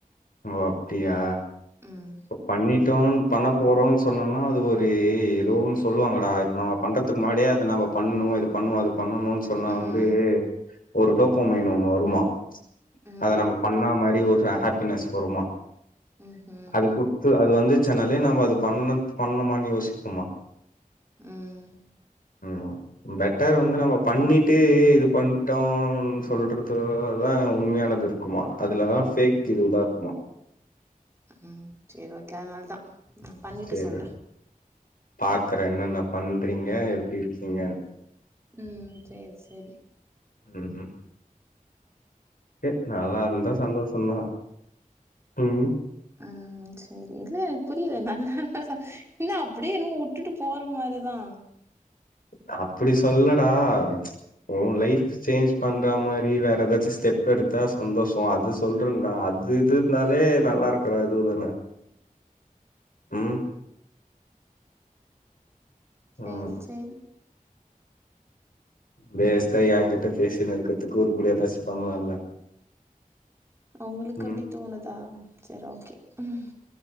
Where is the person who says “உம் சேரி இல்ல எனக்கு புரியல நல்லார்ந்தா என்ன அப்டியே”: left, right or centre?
Right